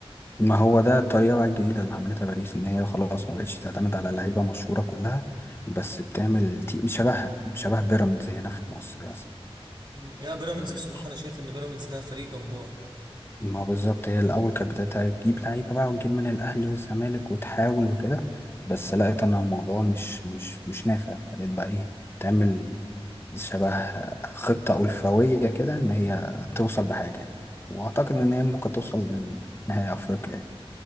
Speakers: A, on the left (about 25°); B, on the right (about 50°).
A: ما هو ده الطريقة بقى الجديدة اللي عملتها باريس إن هي خلاص ما بقتش تعتمد على لعيبة مشهورة كلها بس بتعمل تي... شبه شبه بيراميدز هنا في مصر مثلا
B: مم. لا بيراميدز
A: مم.
B: بصراحة أنا شايف إن بيراميدز ده فريق جبار
A: ما هو بالظبط هي الأول كانت بدأت تجيب لعيبة بقى وتجيب من الأهلي والزمالك وتحاول وكده بس لقيت أن الموضوع مش مش مش نافع فلقيت بقى إيه تعمل شبه خطة ألفوية كده إن هي توصل بحاجة يعني. وأعتقد إن هي ممكن توصل لنهائي أفريقيا يعني.